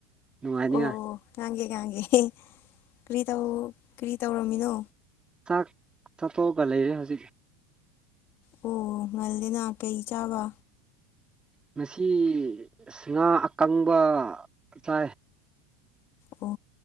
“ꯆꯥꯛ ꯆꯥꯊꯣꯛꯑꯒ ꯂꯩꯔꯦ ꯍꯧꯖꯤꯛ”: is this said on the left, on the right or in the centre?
Right